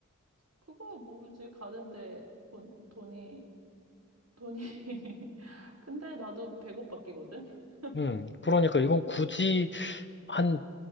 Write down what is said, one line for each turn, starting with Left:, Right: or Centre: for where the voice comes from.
Right: 그거야 모르지. 가는데 돈, 돈이, 돈이. <laughs> 근데 나도 100억 바뀌거든? <laughs>
Left: 음, 그러니까 이건 굳이 한,